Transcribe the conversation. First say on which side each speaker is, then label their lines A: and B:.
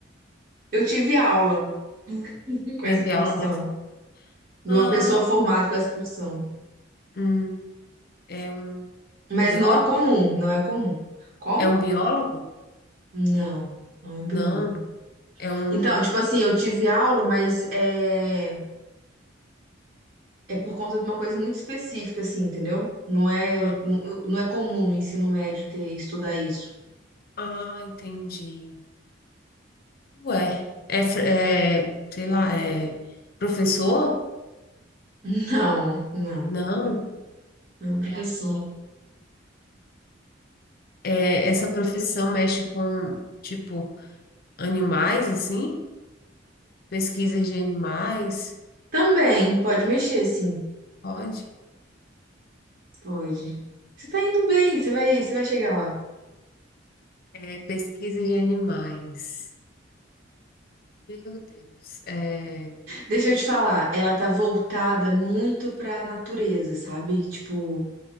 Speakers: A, on the right; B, on the left.
A: Eu tive aula com
B: Teve
A: essa profissão.
B: aula dessa.
A: de
B: Ah,
A: uma pessoa formada com essa profissão.
B: hum, é um
A: Mas
B: biólogo?
A: não é comum, não é comum. Como?
B: É um biólogo?
A: Não, não é biólogo.
B: Não, é um.
A: Então, tipo assim, eu tive aula, mas é, é por conta de uma coisa muito específica, assim, entendeu? Não é,
B: Ah,
A: não, não é comum no ensino médio ter estudar isso.
B: ah, entendi. Ué, é, fr- é, sei lá, é professor?
A: <laughs> Não, não,
B: Não,
A: não é professor.
B: é, essa profissão mexe com, tipo, animais, assim? Pesquisas de animais?
A: Também, pode mexer, sim,
B: Pode?
A: pode. Você tá indo bem, você vai, você vai chegar lá.
B: É pesquisa de animais. Meu Deus. É,
A: Deixa eu te falar, ela tá voltada muito pra natureza, sabe? Tipo,